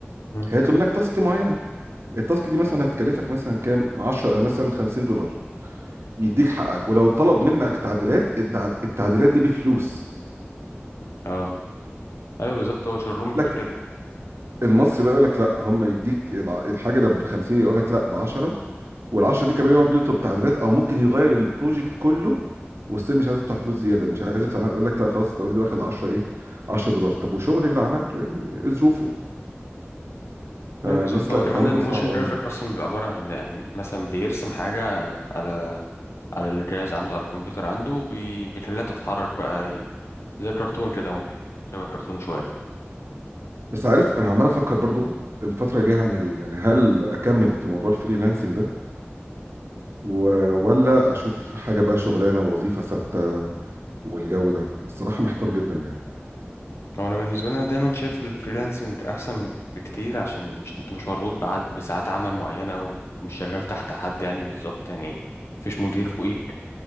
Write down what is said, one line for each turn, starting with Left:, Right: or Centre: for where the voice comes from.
Left: مم.
Right: هيطلب منك تاسك معينه التاسك دي مثلا هتكلفك مثلا كام 10 مثلا 50 دولار يديك حقك ولو طلب منك تعديلات التع- التعديلات دي بفلوس
Left: اه ايوه بالظبط هو شغلهم
Right: حلو
Left: بيبقى كده
Right: المصري بقى يقول لك لا هم يديك الع- الحاجه اللي ب 50 يقول لك لا ب 10 وال 10 دي كمان يقعد يطلب تعديلات او ممكن يغير البروجكت كله وستيل مش عايز يدفع فلوس زياده مش عايز يدفع يقول لك لا خلاص انت اوريدي واخد 10 ايه 10 دولار طب وشغلي اللي عملته يعني ايه ظروفه فالناس
Left: ايوه بالظبط هو
Right: لا
Left: كمان
Right: التعامل
Left: الموشن
Right: بقى صعب قوي
Left: جرافيك اصلا بيبقى عباره عن يعني مثلا بيرسم حاجه على على الجهاز عنده على الكمبيوتر عنده وبي- بيخليها تتحرك بقى ي- زي الكرتون كده ممكن شبه كرتون شويه
Right: بس عارف انا عمال افكر برضو الفتره الجايه هعمل ايه يعني هل اكمل في موضوع الفريلانسنج ده و... ولا اشوف حاجه بقى شغلانه وظيفه ثابته والجو ده بصراحه محتار جدا يعني
Left: هو انا بالنسبه لي انا دايما شايف الفريلانسنج احسن بكتير عشان مش انت مش مربوط بعد بساعات عمل معينه ومش شغال تحت حد يعني بالظبط يعني مفيش مدير فوقيك